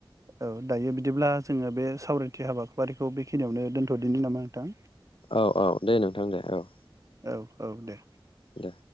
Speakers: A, on the right; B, on the left.
A: औ दायो बिदिब्ला जोङो बे सावरायथि हाबाफारिखौ बेखिनियावनो दोन्थ'दिनो नामा नोंथां
B: औ औ दे नोंथां दे औ
A: औ औ दे
B: दे